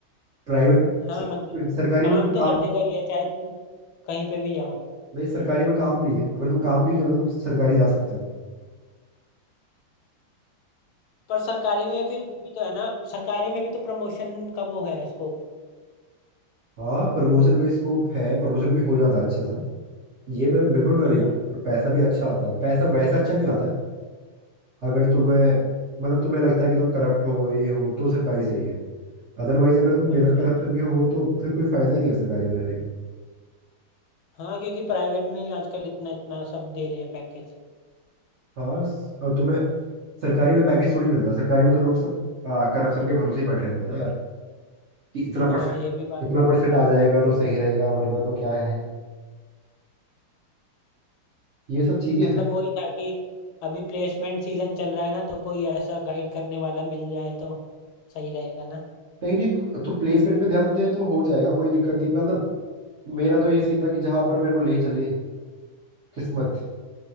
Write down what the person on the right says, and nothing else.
प्राइवेट
सरकारी
में सरकारी
में तो काम
नहीं सरकारी में काम नहीं है अगर तुम काम नहीं कर रहे हो तो सरकारी जा सकते हो
हाँ प्रमोशन का स्कोप है प्रमोशन भी हो जाता है अच्छा सा ये मैं बिल्कुल मना
नहीं करता। और पैसा भी अच्छा आता है पैसा वैसा अच्छा नहीं आता है अगर तुम्हें मतलब तुम्हें लगता है कि तुम करप्ट हो ये हो तो सरकारी सही है अदरवाइज अगर तुम बिना
करप्शन
के हो तो फिर कोई फायदा ही नहीं है सरकारी में रहने
हाँ स- और तुम्हें सरकारी में पैकेज थोड़ी मिलता है सरकारी में तो लोग सब करप्शन के भरोसे ही बैठे रहते हैं ना यार कि इतना परसेंट
इतना
परसेंट आ जाएगा तो सही रहेगा वरना तो क्या है ये सब चीजें
हैं
नहीं नहीं तो प्लेसमेंट में ध्यान दें तो हो जाएगा कोई दिक्कत नहीं मतलब मेरा तो ये सीन था कि जहां पर मेरे को ले चले किस्मत